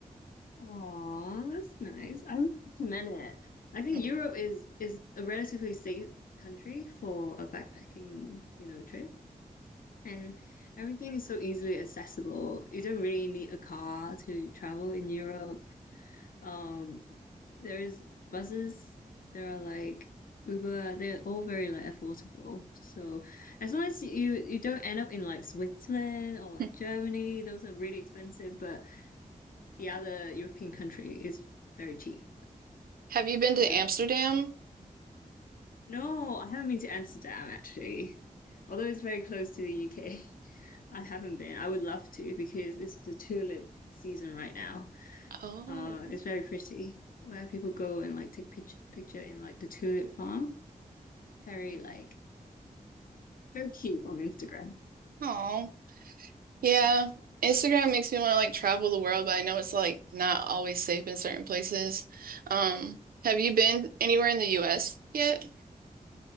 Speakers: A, on the left; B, on the right.
A: Oh, that's nice. I would recommend it. I think
B: Mm-mm.
A: Europe is is a relatively safe country for a backpacking, you know, trip. And everything is so easily accessible. You don't really need a car to travel in Europe. Um, there's buses, there are like Uber, they're all very like affordable. So as long as you you don't end up in like Switzerland or like
B: <laughs>
A: Germany, those are really expensive, but the other European country is very cheap.
B: Have you been to
A: Yeah.
B: Amsterdam?
A: No, I haven't been to Amsterdam actually. Although it's very close to the UK, <laughs> I haven't been. I would love to because it's the tulip season right now.
B: Oh,
A: Uh, it's very pretty where people go and like take picture picture in like the tulip farm. Very like very cute on Instagram.
B: Oh, yeah. Instagram makes me want to like travel the world, but I know it's like not always safe in certain places. Um, have you been anywhere in the US yet?